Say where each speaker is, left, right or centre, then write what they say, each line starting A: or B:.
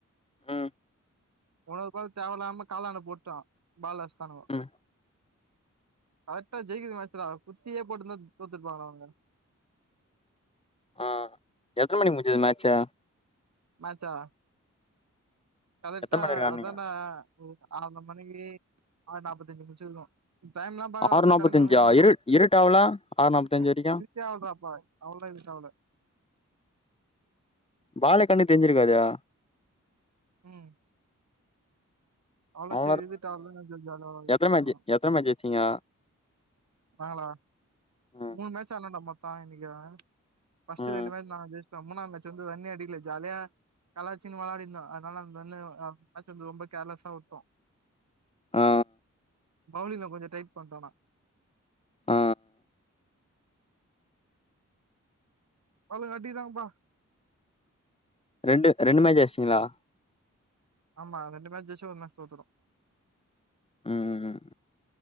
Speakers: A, on the left; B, on the right.
A: ம்
B: ஒன்னொரு பால் தேவல்லாம கால்லான்ட போட்டா பால் அட்ச்டானுவொ
A: ம்
B: க்ரெக்டா ஜெயிக்ற மேச்சுடா குட்டியேயே போட்ருந்தா தோத்துருப்பாங் அவுங்க
A: அ எத்ன மணிக்கு முட்ஞ்சது மேச்சு
B: மேச்சா கரெக்டா
A: எத்தன மணி வரைக்கு ஆடுனீங்க
B: அதான்ட ஒரு ஆற்ர மணிக்கு ஆறு நாப்பத்தஞ்சு முட்ச்சிர்க்கு டைம்ல்லா பாக்கல
A: ஆறு
B: அதுதா
A: நாப்பத்தஞ்சா இரு இருட்டாவல ஆறு நாப்பத்தஞ்சு
B: <unintelligible>
A: வரைக்கு
B: கேள்ட்றா அப்பாவ அவள்ள எதுக்கு அவள
A: வாலைக்கண்ணு தேஞ்சிருக்காதெடா
B: ம்
A: <unintelligible>
B: அவ்ளோ சேரி இதுக்கு ஆவல ஜாலியா ஆவாது
A: எத்தன மேட்ச்சு
B: ஆமா
A: எத்ன மேட்ச்சு ஜெய்ச்ஜிங்க
B: நாங்களா
A: ம்
B: மூணு மேட்ச் ஆட்ணோன்டா மொத்தொ இன்னெக்க ஃபஸ்ட்டு
A: ம்
B: ரெண்டு மேட்ச் நாங்க ஜெய்ச்ட்டோ மூணாது மேட்ச்லர்ந்து ரன்னே அடிக்ல ஜாலிய கலாச்சின்னு வெளாடின்ந்தோ அதுனால அந்தண்ணே அ மேட்ச் வந்து ரொம்ப கேர்லெஸ்ஸா விட்டொ
A: ஆ
B: பவுலிங்ல கொஞ்சொ டைட் பண்ட்டோனா
A: ஆ
B: மல்லுகட்டிறாங்க பா
A: ரெண்டு ரெண்டு மேட்ச்ன ஜெய்ச்ட்டிங்ளா
B: ஆமா ரெண்டு மேட்ச் ஜெய்ச்சோ ஒரு மேட்ச் தோத்துட்டோ
A: ம் ம் ம்